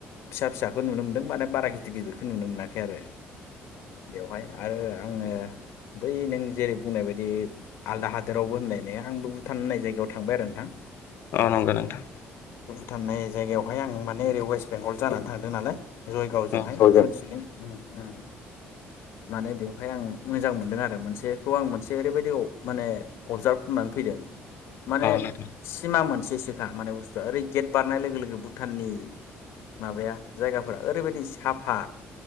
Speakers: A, on the left (about 80°); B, on the left (about 60°).
A: फिसा फिसा खौ नुनो मोनदों माने बारा गिदिर गिदिरखौ नुनो मोनाखै आरो बेवहाय आरो आङो बै नों जेरै बुंनाय बायदि आलदा हादोरावबो होनलायनाया आंबो भुटान होननाय जायगायाव थांबाय आरो नोंथां।
B: अ नंगौ नोंथां
A: थांनाय जायगायावहाय आं माने ओरै अवेस्ट बेंगल जानानै थांदों नालायश जयगाव जोंहाय
B: औ औ
A: फुनसिलिं उम उम माने बेवहाय आं मोजां मोनदों आरो मोनसेखौ आं मोनसे ओरैबायदि माने अबजार्भ खालामनानै फैदों माने
B: नोंथां
A: सिमा मोनस <unintelligible> माने बुसथु आ ओरै गेट बारनाय लोगो लोगो भुटाननि माबाया जायगा फोरा ओरैबायदि साफा